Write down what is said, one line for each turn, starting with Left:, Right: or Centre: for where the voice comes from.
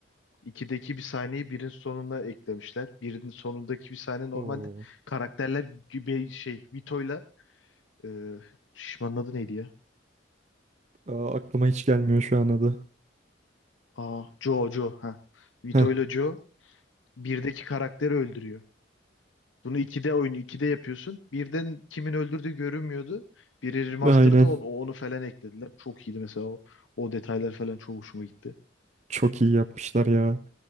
Left: 2'deki bir sahneyi birin sonuna eklemişler. Birin sonundaki bir sahne normalde
Right: Oo.
Left: karakterler gibi şey Vito'yla e, şişmanın adı neydi ya?
Right: Aa, aklıma hiç gelmiyor şu an adı.
Left: Aa, Joe Joe ha. Vito'yla
Right: Heh,
Left: Joe birdeki karakteri öldürüyor. Bunu 2D oyunu 2D yapıyorsun. Birden kimin öldürdüğü görünmüyordu. Biri remaster'da
Right: aynen.
Left: onu, onu falan eklediler. Çok iyiydi mesela o, o detaylar falan çok hoşuma gitti.
Right: Çok iyi yapmışlar ya.